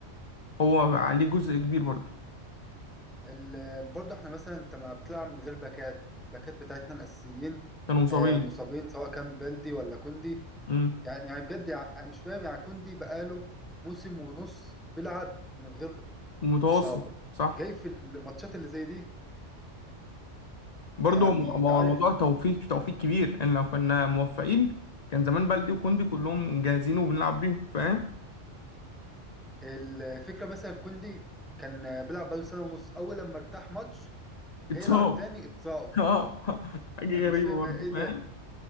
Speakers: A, on the left (about 45°); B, in the centre.
A: هو عليه جزء كبير برضو
B: ال... برضه احنا مثلا انت ما بتلعب من غير باكات الباكات بتاعتنا الاساسيين
A: كانوا مصابين
B: آه، مصابين سواء كان بلدي ولا كوندي
A: امم
B: يعني يعني بجد يعني أنا مش فاهم يعني كوندي بقاله موسم ونص بيلعب من غير
A: متواصل
B: إصابة
A: صح
B: جاي في الماتشات اللي زي دي
A: برضو
B: يعني
A: م-
B: تعرف
A: ما هو الموضوع توفيق توفيق كبير ان لو كنا موفقين كان زمان بلدي وكوندي كلهم جاهزين وبنلعب بيهم فاهم
B: الفكرة مثلا كوندي كان بيلعب بقاله سنة ونص أول لما ارتاح ماتش
A: اتصاب
B: جاي يلعب تاني اتصاب
A: <laughs> اه حاجه
B: أنا مش
A: غريبه
B: فاهم
A: برضو
B: إيه
A: فاهم
B: ده